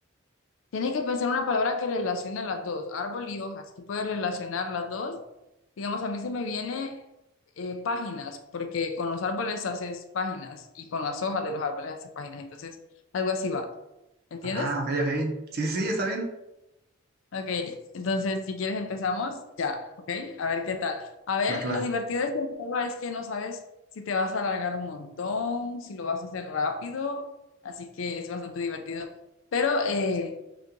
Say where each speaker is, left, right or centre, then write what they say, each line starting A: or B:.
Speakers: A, on the left; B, on the right.
A: Tienes que pensar una palabra que relacione las dos, árbol y hojas, ¿Qué puede relacionar las dos. Digamos, a mí se me viene eh, páginas, porque con los árboles haces páginas y con las hojas de los árboles haces páginas. Entonces, algo así va. ¿Entiendes?
B: Ah, ok, ok. Sí, sí, sí, está bien.
A: Ok, entonces si quieres empezamos ya, ok, a ver qué tal. A ver,
B: Va, que
A: lo
B: va.
A: divertido de este juego es que no sabes si te vas a alargar un montón, si lo vas a hacer rápido, así que es bastante divertido. Pero eh,